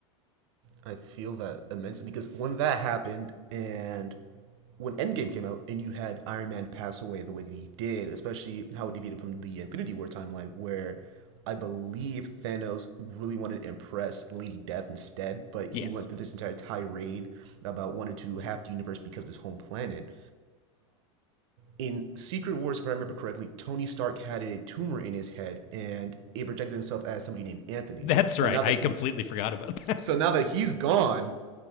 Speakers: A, on the right; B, on the left.
A: I feel that immensely because when that happened and when Endgame came out and you had Iron Man pass away the way that he did, especially how it deviated from the Infinity War timeline where I believe Thanos really wanted to impress Lady Death instead, but
B: Yes,
A: he went through this entire tirade about wanting to have the universe because of his home planet. In Secret Wars, if I remember correctly, Tony Stark had a tumor in his head and it projected himself as somebody named Anthony.
B: <laughs> that's
A: But
B: right.
A: now
B: I
A: that
B: completely
A: he's
B: forgot about
A: so now that he's gone,